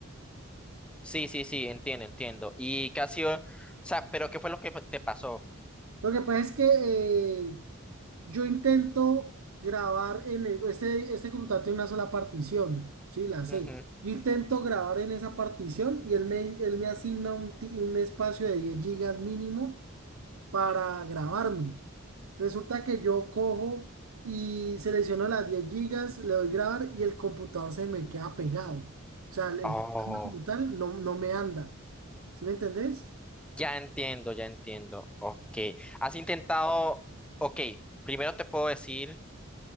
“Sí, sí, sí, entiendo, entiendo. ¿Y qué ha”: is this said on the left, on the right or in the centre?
Centre